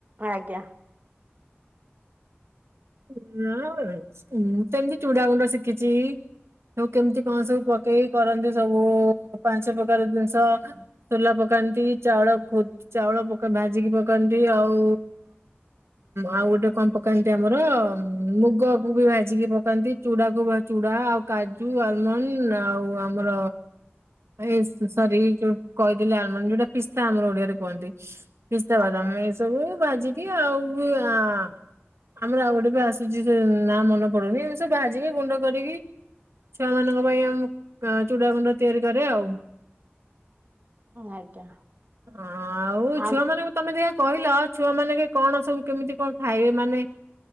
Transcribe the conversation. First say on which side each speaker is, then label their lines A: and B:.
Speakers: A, on the right (about 40°); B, on the right (about 80°).
A: ଆଜ୍ଞା।
B: ଁ ସେମିତି ଚୁଡ ଗୁଣ୍ଡ ଶିଖିଛି ଆଉ କେମିତି କଣ ସବୁ ପକେଇକି କରନ୍ତି ସବୁ ପାଞ୍ଚ ପ୍ରକାର ଜିନିଷ ୋଲା ପକାନ୍ତି ଚାଉଳ ଚାଉଳ ଭାଜିକି ପକାନ୍ତି ଆଉ ଆଉ ଗୋଟେ କଣ ପକାନ୍ତି ଆ। ଆମର ମୁଗକୁ ବି ଭାଜିକି ପକାନ୍ତି ଚୁଡାକୁ ଚୁଡା ଆଉ କାଜୁ ଆଲମଣ୍ଡ ଆଉ ଆମର ଏ ସରି କହିଥିଲ ଆଲମଣ୍ଡ ଯୋଉଟା ପିସ୍ତା ଆମର ଓଡିଆରେ କୁହନ୍ତି। ପିସ୍ତାବାଦାମ
A: ଆଜ୍ଞା
B: ଏ ସବୁ ଭାଜିକି। ଏ ଆଉ <inaudible> ଆମର ଆଉ ଗୋଟେ ବି ଆସୁଛି ନା ମନେ ପଡୁନି ଏମ ସବୁ ଭାଜିକି ଗୁଣ୍ଡ କରିକି ଛୁଆ ମାନଙ୍କ ପାଇଁ ଆମ ଚୁଡା ଗୁଣ୍ଡ ତିଆରି କରେ ଆଉ।
A: ଆଜ୍ଞା।
B: ଅ ଆଉ
A: ଆ
B: ଛୁଆ ମାନଙ୍କୁ ତମେ ଦେଖକୁ। କହିଲ ଛୁଆ ମାନେ କି କଣ ସବୁ କେମିତି କଣ ଖାଇବେ ମାନେ।